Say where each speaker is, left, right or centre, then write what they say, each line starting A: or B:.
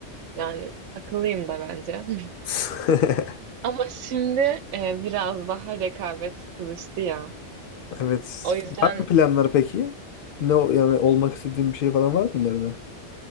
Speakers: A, on the right (about 85°); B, on the left (about 60°).
A: yani akıllıyım da bence. <laughs>
B: <laughs>
A: Ama şimdi e, biraz daha rekabet kızıştı ya.
B: Evet.
A: O yüzden
B: Var mı planlar peki? Ne o- yani olmak istediğin bir şey falan var mı ileride?